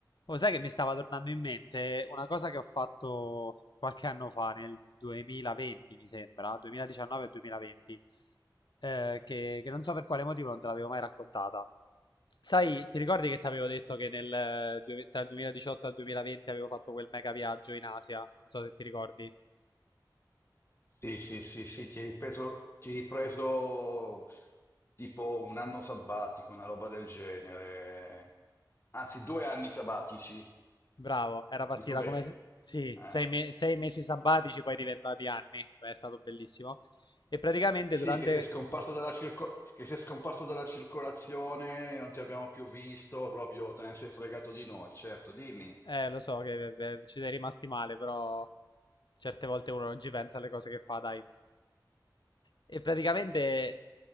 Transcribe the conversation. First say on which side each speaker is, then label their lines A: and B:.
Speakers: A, on the left; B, on the left.
A: Oh, sai che mi stava tornando in mente una cosa che ho fatto qualche anno fa, nel 2020 mi sembra, 2019 e 2020, eh, che, che non so per quale motivo non te l'avevo mai raccontata. Sai, ti ricordi che ti avevo detto che nel, eh, due- tra il 2018 e il 2020 avevo fatto quel mega viaggio in Asia? Non so se ti ricordi.
B: Sì, sì, sì, sì, ti hai ripreso, ti hai ripreso tipo un anno sabbatico, una roba del genere. Anzi, due anni sabbatici.
A: Bravo, era partita
B: Dico bene.
A: come... se- Sì,
B: Eh.
A: sei, me- sei mesi sabbatici, poi diventati anni. Beh, è stato bellissimo. E praticamente
B: Sì,
A: durante
B: che sei scomparso dalla circo- che sei scomparso dalla circolazione, non ti abbiamo più visto, proprio te ne sei fregato di noi, certo, dimmi.
A: Eh, lo so che eh, eh, ci sei rimasti male, però certe volte uno non ci pensa alle cose che fa, dai. E praticamente